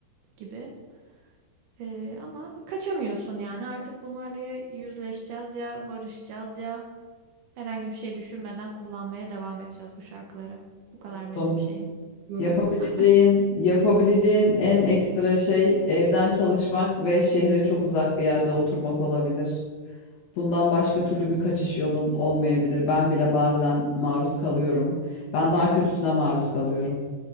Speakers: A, on the right (about 75°); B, on the left (about 65°).
A: gibi. Ee, ama kaçamıyorsun yani artık bunlarla ya yüzleşeceğiz ya barışacağız ya herhangi bir şey düşünmeden kullanmaya devam edeceğiz bu şarkıları. Bu kadar
B: dostum,
A: benim şeyim, yorumum.
B: yapabileceğin,
A: <laughs>
B: yapabileceğin en ekstra şey evden çalışmak ve şehre çok uzak bir yerde oturmak olabilir. Bundan başka türlü bir kaçış yolun olmayabilir. Ben bile bazen maruz kalıyorum. Ben daha kötüsüne maruz kalıyorum.